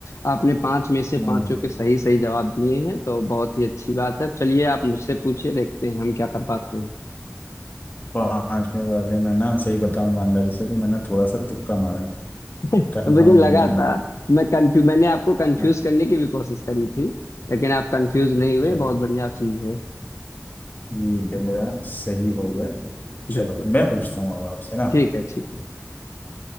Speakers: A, on the left (about 85°); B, on the left (about 35°).
A: आपने पांच में से
B: प्रसाद
A: पांचों के सही सही जवाब दिए हैं तो बहुत ही अच्छी बात है चलिए आप मुझसे पूछिए देखते हैं हम क्या कर पाते हैं
B: पांचवे वाले में ना सही बताऊं ईमानदारी से तो मैंने थोड़ा सा तुक्का मारा है
A: तो
B: कंफर्म
A: मुझे
B: नहीं
A: लगा
B: था मुझे
A: था मैं कंफ्यू मैंने आपको कंफ्यूज
B: ना
A: करने की भी कोशिश करी थी लेकिन आप कंफ्यूज नहीं हुए
B: चलो
A: बहुत बढ़िया चीज है
B: ठीक है मेरा सही हो गया चलो
A: बिल्कुल
B: मैं पूछता हूँ अब आपसे ना
A: ठीक है ठीक है